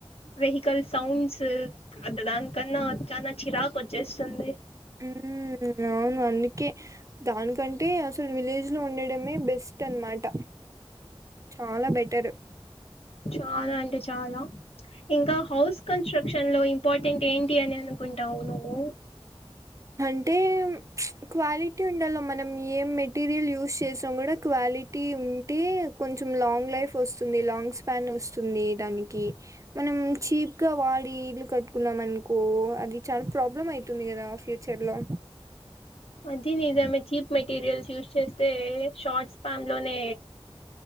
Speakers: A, on the left; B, on the right.
A: వెహికల్ సౌండ్స్ అ దానికన్నా చాన చిరాకు వచ్చేస్తుంది
B: ఉమ్ అ అందుకే దానికంటే అసలు విలేజ్ లో ఉండడమే బెస్ట్ అనమాట ఆల బెటరు
A: చాలా అంటే చాలా ఇంకా హౌస్ కన్స్ట్రక్షన్ లో ఇంపార్టెంట్ ఏంటి అని అనుకుంటావు నువ్వు
B: అంటే క్వాలిటీ ఉండలో మనం ఏం మెటీరియల్ యూస్్ చేసాం కూడా క్వాలి లిటి ఉంటే కొంచెం లాంగ్ లైఫ్ వస్తుంది లాంగ్ స్పాన్ వస్తుంది దానికి మనం చీప్గ వాడి ఇల్లు కట్టుకున్నాం అనుకో అది చాలా ప్రాబ్లం అయింది తుంది కదా ఫ్యూచర్ లో
A: అది నిజమే చీప్ మెటీరియల్స్ యూస్ చేస్తే షార్ట్స్ పామ్ లోనే